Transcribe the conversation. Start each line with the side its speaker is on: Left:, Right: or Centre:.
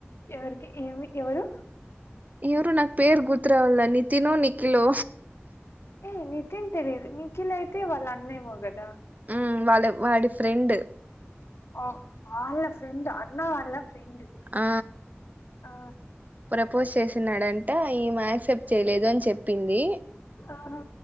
Left: ఎవరికి ఏమి ఎవరు
Right: ఎవరు నాకు పేరు గుర్తు రావట్ల నితినో నిఖిలో
Left: ఏ నితిన్ తెలీదు నిఖిల్ అయితే వాళ్ళ అన్నేమో కద
Right: ఉమ్ వాళ్ళ వాడి ఫ్రెండు
Left: ఒ వాళ్ళ ఫ్రెండ్ అన్న వాళ్ళ ఫ్రెండ్
Right: ఆ
Left: ఆ
Right: ప్రపోజ్ చేసిన్నాడంటే ఈమె యాక్సెప్ట్ చేయలేదు అని చెప్పింది
Left: ఆహ